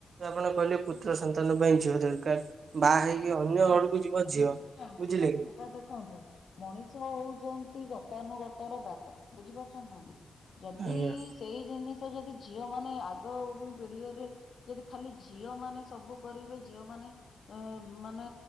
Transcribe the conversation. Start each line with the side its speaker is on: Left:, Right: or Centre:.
Right: ଆପଣ କହିଲେ ପୁତ୍ର ସନ୍ତାନ ପାଇଁ ଝିଅ ଦରକାର।
Left: ନିଶ୍ଚୟ
Right: ବାହା ହେଇକି
Left: ନିଶ୍ଚୟ
Right: ଅନ୍ୟ ଘରକୁ ଯିବ ଝିଅ
Left: ନିଶ୍ଚୟ ସେଟା
Right: ବୁଝିଲେ କି
Left: ସେଟା ଦେଖନ୍ତୁ। ମଣିଷ ହଉଛନ୍ତି ଗତାନୁଗତ ର ଦାସ ବୁଝିପାରୁଛନ୍ତି ନା ନାଇଁ ଯଦି
Right: ଆଜ୍ଞା
Left: ସେଇ ଜିନିଷ ଯଦି ଝିଅ ମାନେ ଆଗ ପିଢଡିରେ ଯଦି ଖାଲି ଝିଅ ମାନ ସବୁ କରିବେ ଝିଅ ମାନେ ଏ ମାନେ